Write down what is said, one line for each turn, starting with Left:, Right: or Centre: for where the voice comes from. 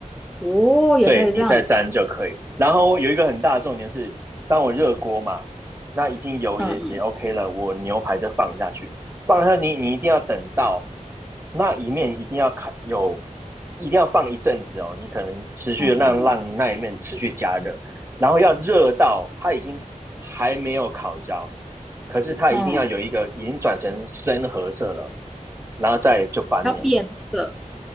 Centre: 哦，也可以这样子哦。
Right: 对，你再沾就可以。然后有一个很大的重点是，当我热锅嘛，那已经油也也
Centre: 嗯嗯
Right: OK 了，我牛排就放下去，放下去你你一定要等到那一面一定要烤有，一定要放一阵子哦，你可能持续的让让那一面持续加热，
Centre: 嗯
Right: 然后要热到它已经还没有烤焦，可是它一定要有一个已经转成深褐色了，
Centre: 嗯嗯，
Right: 然后再就翻面。
Centre: 要变色。